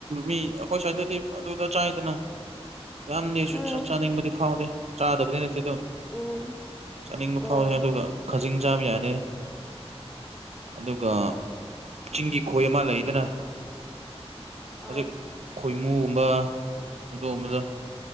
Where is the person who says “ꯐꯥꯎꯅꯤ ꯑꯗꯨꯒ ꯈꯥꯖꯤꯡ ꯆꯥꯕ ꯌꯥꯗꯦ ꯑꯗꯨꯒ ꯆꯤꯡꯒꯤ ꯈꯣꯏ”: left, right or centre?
Right